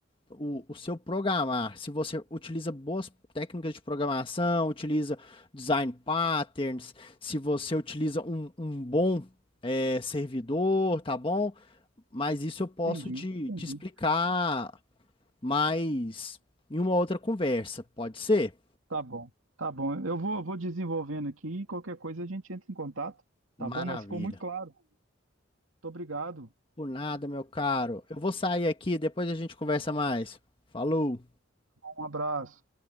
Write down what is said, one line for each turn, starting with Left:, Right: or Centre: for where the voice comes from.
Left: o, o seu programar, se você utiliza boas técnicas de programação, utiliza design patterns, se você utiliza um, um bom eh, servidor, tá bom? Mas isso eu posso
Right: Entendi,
Left: te,
Right: entendi.
Left: te explicar mais em uma outra conversa, pode ser?
Right: Tá bom, tá bom. Eu vou, eu vou desenvolvendo aqui e qualquer coisa a gente entra em contato, tá bom?
Left: Maravilha.
Right: Mas ficou muito claro. Muito obrigado.
Left: Por nada, meu caro. Eu vou sair aqui, depois a gente conversa mais. Falou!
Right: Um abraço.